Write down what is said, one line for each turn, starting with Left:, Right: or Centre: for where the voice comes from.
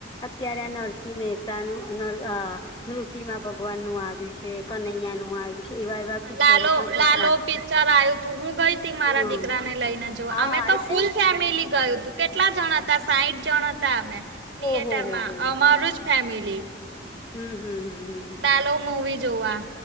Left: અત્યારે નરસિંહ મહેતા <unintelligible> ઋષિમા ભગવાન નું આવ્યું છે, કનૈયા નું આવ્યું છે. એવા એવા પિક્ચરો
Right: લાલો
Left: પણ છોકરા
Right: લાલો પિક્ચર આવ્યું તું. હું ગઈ તી મારા
Left: હમ
Right: દીકરાને લઈને, જો
Left: હા
Right: અમે તો
Left: એટલે
Right: ફૂલ ફેમિલી ગયું તું. કેટલા જણ હતા? સાઈઠ જણ હતા. અમે થિયેટર
Left: ઓહો હો
Right: માં,
Left: હો
Right: અમારું જ ફેમિલી.
Left: હમ, હમ, હમ, હમ.
Right: ચાલો, મૂવી જોવા.